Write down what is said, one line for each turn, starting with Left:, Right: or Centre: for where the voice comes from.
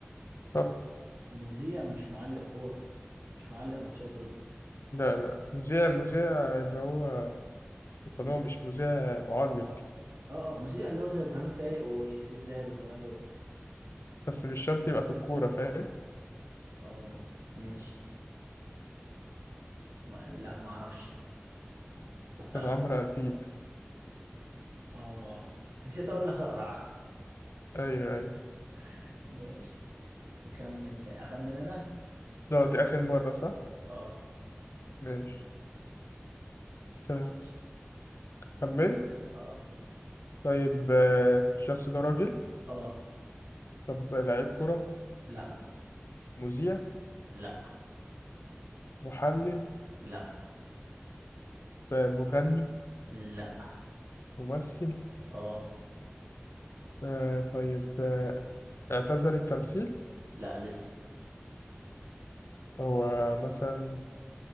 Left: طب
Right: مذيع مش معلق كورة مش معلق ماتشات قصدي
Left: لا لا مذيع مذيع اللي هو في القناة
Right: لا،
Left: مش مذيع معلق
Right: اه اه مذيع اللي هو زي ابراهيم فايق وسيف زاهر والجماعة دول
Left: بس مش شرط يبقى في الكورة فاهم
Right: اه ماشي ما لا ما اعرفش كلام
Left: كان عمرو أديب
Right: اه نسيت اقول لك اقرع
Left: أيوه أيوه
Right: <laughs> ماشي خمن اخمن انا
Left: لا دي آخر مرة صح؟
Right: اه
Left: ماشي ت-
Right: ماشي
Left: كملت
Right: اه
Left: طيب آه، الشخص ده راجل
Right: اه
Left: طب لعيب كرة
Right: لا
Left: مذيع
Right: لا
Left: محلل
Right: لا
Left: آه، مغني
Right: لا
Left: ممثل
Right: اه
Left: آه، طيب آه، اعتزل التمثيل
Right: لا لسه
Left: هو مثلا